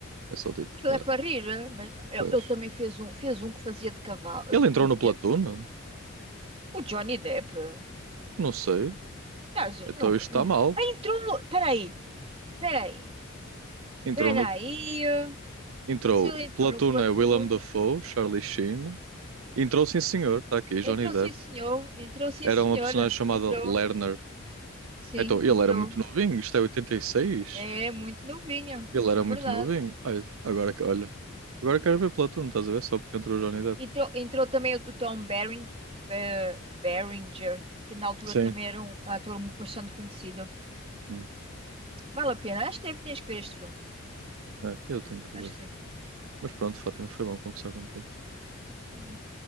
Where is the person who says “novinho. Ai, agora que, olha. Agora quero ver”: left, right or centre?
Right